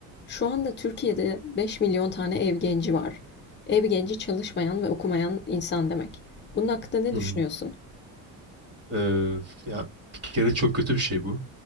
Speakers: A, on the left; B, on the right.
A: Şu anda Türkiye'de 5 milyon tane ev genci var. Ev genci çalışmayan ve okumayan insan demek. Bunun hakkında ne
B: Hı
A: düşünüyorsun?
B: hı. Ee, ya bir kere çok kötü bir şey bu.